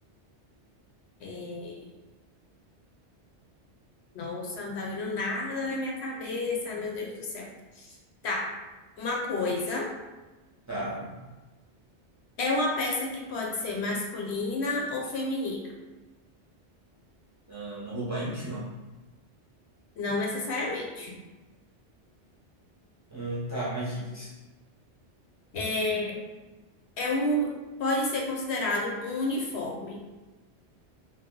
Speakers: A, on the left; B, on the right.
A: É, nossa, não tá vindo nada na minha cabeça, meu Deus do céu. Tá. Uma coisa
B: Tá,
A: é uma peça que pode ser masculina ou feminina,
B: Ah, uma roupa íntima?
A: não necessariamente.
B: hum, tá, mais dicas.
A: É, é um, pode ser considerado um uniforme.